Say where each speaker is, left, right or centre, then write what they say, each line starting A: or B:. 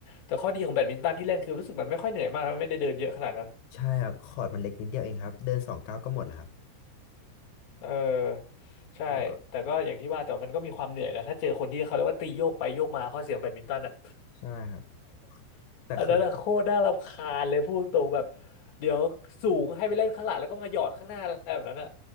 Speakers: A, on the left; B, on the left.
A: แต่ข้อดีของแบดมินตันที่เล่นคือรู้สึกมันไม่ค่อยเหนื่อยมากแล้วไม่ได้เดินเยอะขนาดนั้น
B: ใช่ครับคอร์ตมันเล็กนิดเดียวเองครับเดินสองก้าวก็หมดแล้วครับ
A: เออใช่แต่ก็อย่างที่ว่าแต่ว่ามันก็มีความเหนื่อยนะถ้าเจอคนที่เขาเรียกว่าตีโยกไปโยกมาข้อเสียงแบดมินตันอ่ะ
B: แล้วก็ใช่ครับ
A: <laughs>
B: แต่คือ
A: อันนั้นอะโคตรน่ารำคาญเลยพูดตรงแบบเดี๋ยวสูงให้ไปเล่นข้างหลังแล้วก็มาหยอดข้างหน้าอะไรแบบนั้นอ่ะ